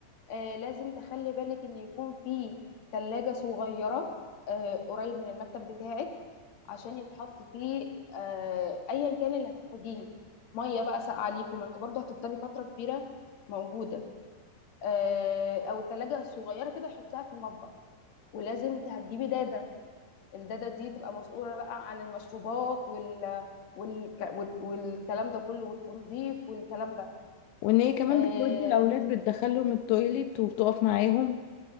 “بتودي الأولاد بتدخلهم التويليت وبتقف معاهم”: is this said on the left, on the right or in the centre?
Left